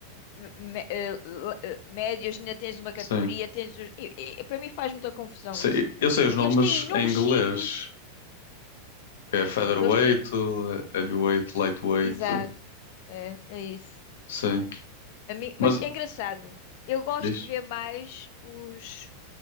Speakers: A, on the left; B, on the left.
A: eh, me- eh, le- eh, médios, ainda tens uma categoria,
B: Sim.
A: tens os... e- e- Para mim faz muita confusão
B: Sei-
A: isso.
B: eu sei os nomes
A: Eles têm inúmeros
B: em inglês,
A: cintos,
B: que
A: em
B: é featherweight,
A: inglês, eles têm...
B: é heavyweight, lightweight.
A: Exato, é, é isso.
B: Sim.
A: A mim... Mas
B: Mas
A: é engraçado, eu gosto
B: diz,
A: de ver mais os,